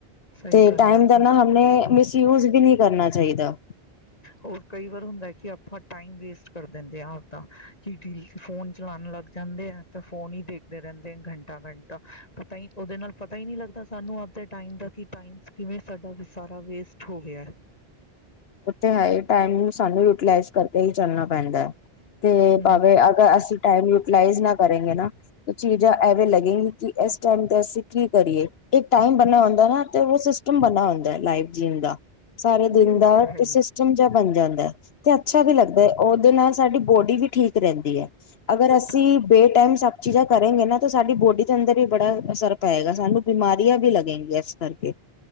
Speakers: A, on the left (about 40°); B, on the left (about 75°).
A: ਸਹੀ
B: ਤੇ
A: ਗੱਲ
B: ਟਾਈਮ
A: ਹੈ
B: ਦਾ
A: ਤਾਂ
B: ਨਾ ਹਣੇ ਮਿਸਯੂਜ ਵੀ ਨਹੀਂ ਕਰਨਾ ਚਾਹੀਦਾ।
A: ਹੋਰ ਕਈ ਵਾਰ ਹੁੰਦਾ ਕਿ ਆਪਾਂ ਟਾਈਮ ਵੇਸਟ ਕਰ ਦਿੰਦੇ ਆ ਆਪਦਾ ਕਿ ਫੋਨ ਚਲਾਨ ਲੱਗ ਜਾਂਦੇ ਆ ਤੇ ਫੋਨ ਹੀ ਦੇਖਦੇ ਰਹਿੰਦੇ ਘੰਟਾ ਘੰਟਾ ਪਤਾ ਹੀ ਉਹਦੇ ਨਾਲ ਪਤਾ ਹੀ ਨਹੀਂ ਲੱਗਦਾ ਸਾਨੂੰ ਆਪ ਦੇ ਟਾਈਮ ਦਾ ਟਾਈਮ ਕਿਵੇਂ ਸਾਡਾ ਸਾਰਾ ਵੇਸਟ ਹੋ ਗਿਆ।
B: ਓ ਤੇ ਹੈ ਹੀ ਟਾਈਮ ਸਾਨੂੰ ਯੂਟੀਲਾਈਜ਼ ਕਰਕੇ ਹੀ ਚੱਲਣਾ ਪੈਂਦਾ ਹੈ। ਤੇ
A: ਹੂੰ।
B: ਭਾਵੇਂ ਅਗਰ ਅਸੀਂ ਟਾਈਮ ਯੂਟੀਲਾਈਜ਼ ਨਾ ਕਰੇਗੇ ਨਾ ਚੀਜ਼ਾਂ ਐਵੇਂ ਲੱਗੇਗੀ ਕਿ ਇਸ ਟਾਈਮ ਤੇ ਅਸੀਂ ਕੀ ਕਰੀਏ ਇੱਕ ਟਾਈਮ ਬਣਨਾ ਹੁੰਦਾ ਨਾ ਤੇ ਉਸ ਬਨਾ ਹੁੰਦਾ ਹੈ ਲਾਈਵ ਜੀਣ ਦਾ। ਸਾਰੇ ਦਿਨ
A: ਨਹੀਂ ਉਹ
B: ਦਾ
A: ਤਾਂ ਹੈ ਹੀ।
B: ਸਿਸਟਮ ਜਿਹਾ ਬਣ ਜਾਂਦਾ ਹੈ ਤੇ ਅੱਛਾ ਵੀ ਲੱਗਦਾ ਹੈ ਉਹ ਉਹਦੇ ਨਾਲ ਸਾਡੀ ਬੋਡੀ ਵੀ ਠੀਕ ਰਹਿੰਦੀ ਹੈ। ਅਗਰ
A: ਪਟਾ
B: ਅਸੀਂ ਬੇ ਟਾਈਮ ਚੀਜ਼ਾਂ ਕਰੇਗੇ ਨਾ ਤਾਂ ਸਾਡੀ ਬੋਡੀ ਦੇ ਅੰਦਰ ਵੀ ਬੜਾ ਅਸਰ ਪਏਗਾ ਸਾਨੂੰ ਬਿਮਾਰੀਆਂ ਵੀ ਲੱਗਣਗੀਆਂ ਇਸ ਕਰਕੇ